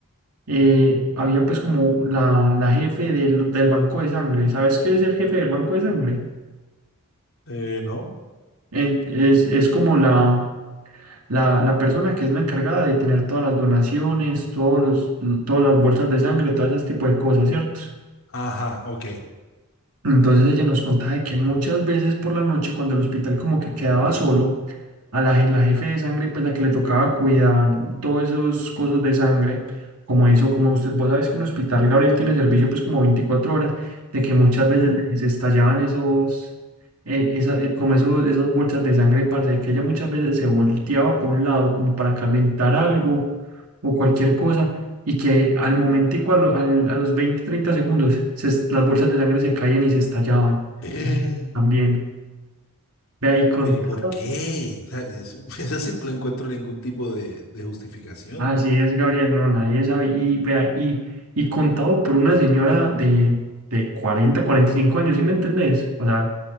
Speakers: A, on the right; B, on the left.
A: eh, había pues como la, la jefe del, del banco de sangre. ¿Sabes qué es el jefe del banco de sangre?
B: eh, no.
A: En- Es, es como la, la, la persona que es la encargada de tener todas las donaciones, todos los, todas las bolsas de sangre, todo ese tipo de cosas, ¿cierto?
B: Ajá, ok.
A: Entonces ella nos contaba de que muchas veces por la noche, cuando el hospital como que quedaba solo, a la, je- la jefe de sangre, pues la que le tocaba cuidar todos esos cosas de sangre, como eso, como usted, vos sabes que un hospital, Gabriel, tiene servicio pues como 24 horas, de que muchas veces
B: Ujú.
A: se estallaban esos, eh, esa- eh, como esos, esas bolsas de sangre, parce, que ella muchas veces se volteaba por un lado como para calentar algo o cualquier cosa y que al momentico, a, lo- al- a los 20 30 segundos, se es- las bolsas de sangre se caían y se estallaban.
B: Eh,
A: Y también, vea, y contado,
B: Pero ¿y por qué? O sea, es- <laughs> eso sí no le encuentro ningún tipo de, de justificación.
A: así es, Gabriel, no, nadie sabe, y vea, y, y contado por una señora de, de cuarenta cuarenta y cinco años, ¿sí me entendés? O sea,